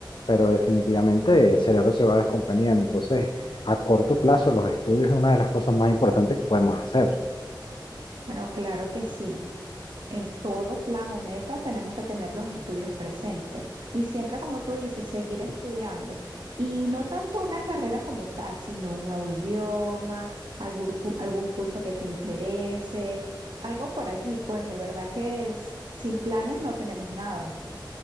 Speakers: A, on the left (about 75°); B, on the right (about 75°).
A: pero definitivamente el cerebro se va descomponiendo. Entonces, a corto plazo, los estudios es una de las cosas más importantes que podemos hacer.
B: Bueno, claro que sí. En todo plan o meta tenemos que tener los estudios presentes y siempre, como tú dices, seguir estudiando. Y no tanto una carrera como tal, sino un nuevo idioma, algún, cu- algún curso que te interese, algo por allí. Pues de verdad que es- sin planes no tenemos nada.